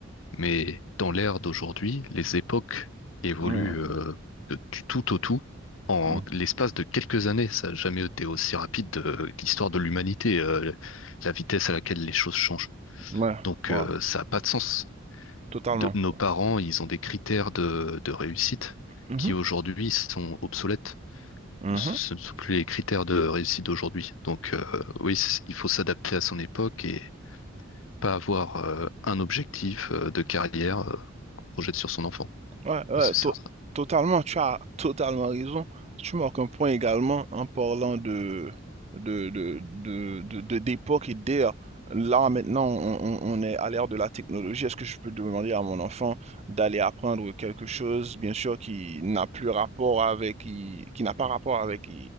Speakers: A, on the left; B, on the right.
A: mais dans l'ère d'aujourd'hui, les époques évoluent
B: Mm,
A: euh, de- du tout au tout en
B: mm.
A: l'espace de quelques années. Ça n'a jamais été aussi rapide de l'histoire de l'humanité, euh, la vitesse à laquelle les choses changent.
B: Ouais,
A: Donc
B: ouais.
A: euh, ça n'a pas de sens.
B: Totalement,
A: De- nos
B: quoi.
A: parents, ils ont des critères de, de réussite
B: Mmh
A: qui
B: mh.
A: aujourd'hui sont obsolètes.
B: Mmh
A: Ce ce ne sont plus les critères de réussite d'aujourd'hui. Donc euh, oui, c- il faut s'adapter à son époque et pas avoir euh, un objectif euh, de carrière euh, projette sur son enfant.
B: Ouais, ouais,
A: Ça, c'est certain.
B: to- totalement, tu as totalement raison. Tu marques un point également en parlant de, de, de, de, de- de- d'époque et d'ère. Là, maintenant, on, on- on est à l'ère de la technologie. Est-ce que je peux demander à mon enfant d'aller apprendre quelque chose, bien sûr, qui n'a plus rapport avec, qui, qui n'a pas rapport avec